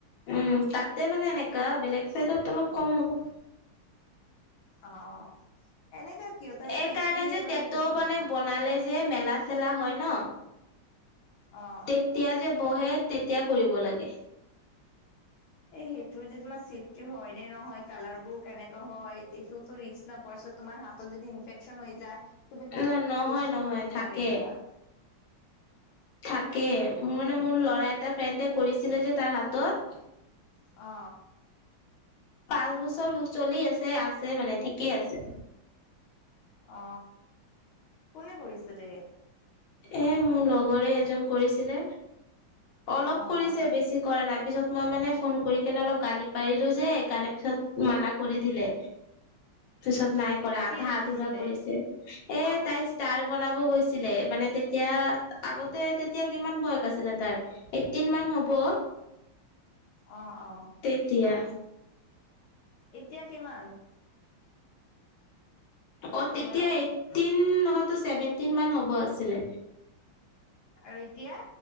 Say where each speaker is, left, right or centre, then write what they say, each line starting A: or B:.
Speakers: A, on the left; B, on the left.
A: উম তাতে মানে এনেকা বেলেগ চাইডত অলপ কম হ'ব
B: অ এনেুকা কিয় তই
A: এই
B: কি
A: কাৰণে
B: কি
A: যে
B: ইমান
A: তেতো
B: ফেছিলিটি
A: মানে বনালে যে মেলা চেলা হয় ন
B: অ',
A: তেতিয়া যে বহে তেতিয়া কৰিব লাগে
B: এ সেইটোৰ যে তোমাৰ চেফটি হয় নে নহয় কালাৰ বোৰ কেনেকা হয় এইটোতো ৰিস্ক নাপাই তোমাৰ হাতত যদি ইনফেকশচন হৈ যায় তুমি তাক
A: ন নহয়
B: কেচো
A: নহয়
B: কৰিব নোৱাৰিবা
A: থাকে থাকে মোৰ মান মোৰ ল'ৰা এটা ফ্ৰেণ্ডে কৰিছিলে যে তাৰ হাতত
B: অ
A: পাঁচ বছৰ চলি আছে আছে মানে ঠিকেই আছে
B: অ কোনে কৰিছিলে
A: এ মোৰ লগৰে এজন কৰিছিলে অলপ
B: অ',
A: কৰিছে বেছি কৰা নাই পিছত মই মানে ফোন কৰি কেনে অলপ গালি পাৰিলো যে সেইকাৰণে পিছত মানা কৰি দিলে, পিছত নাই কৰা
B: কি
A: আধা
B: লিখিছিলে?
A: আধুৰা কৰিছে। এ তাই ষ্টাৰ বনাব গৈছিলে মানে তেতিয়া আগতে তেতিয়া কিমান বয়স আছিলে তাৰ এইটটিন মান হ'ব। <inaudible>
B: অ', অ',
A: তেতিয়া
B: এতিয়া কিমান?
A: অ', তেতিয়া
B: বয়স
A: এইটটিন নহতো চছেভেনটিন মান হ'ব আছিলে
B: আৰু এতিয়া?